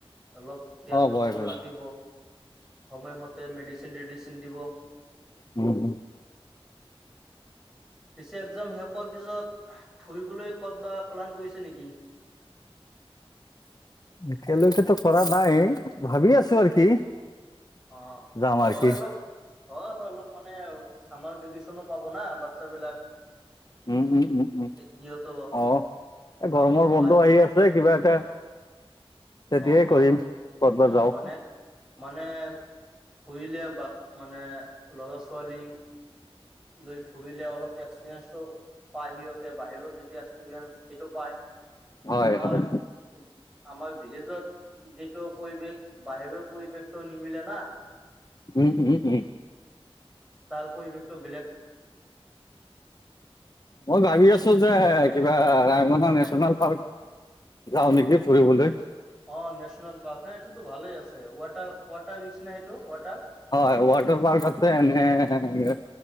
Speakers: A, in the centre; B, on the left (about 40°).
A: অলপ খয়েল
B: অ বয়স
A: তেয়াল
B: হৈ
A: ৰাখিব। সময়মতে মেডিচিন ডিচিন দিব।
B: উমঁ' উমঁ!
A: পিছে একজাম শেষৰ পিছত ফুৰিবলৈ কত বা প্লান কৰিছে নেকি!
B: এতিয়ালৈকেতো কৰা নাই। ভাবি আছো আৰু কি?
A: অ'অ,
B: যাম
A: অলপ-
B: আৰু কি
A: হয়, হয়। অলপ মানে ছামাৰ ভেকেচনো পাব না বাচ্ছা বিলাক।
B: উম, উম, উম, উম,
A: সিহঁতৰো
B: অ'এ, গৰমৰ
A: আৰু
B: বন্ধ
A: বাই
B: আহি আছ অই, কিবা এটা তেতিয়াই
A: অ',
B: কৰিম
A: অ'।
B: ক'তবা
A: অ
B: যাও।
A: মানে মানে, ফুৰিলে বাট মানে লৰা-ছোৱালীও <unintelligible> অলপ এক্সপৰিয়েঞ্চটো পায়, সিহঁতে বাহিৰৰ যেতিয়া এক্সপিৰিয়েঞ্চ সেইটো পায়।
B: হয়
A: আমাৰ-আমাৰ
B: হয়
A: ভিলেজত যিটো পৰিৱেশ, বাহিৰৰ পৰিৱেশ টো নিমিলে না,
B: উম উম উম
A: তাৰ পৰিবেশটো বেলেগ।
B: মই ভাবি আছো যে, কিবা ৰাঙনা নেচনেল পাৰ্ক যাওঁ নেকি, ফুৰিবলৈ।
A: অ'নেচনেল পাৰ্ক হে এইটোতো ভালে আছে। ৱাটা-ৱাটাৰ ৰিক্স নে, সেইটো ৱাটাৰ
B: হয়, ৱাটাৰ পাৰ্ক আছে নে,
A: উম।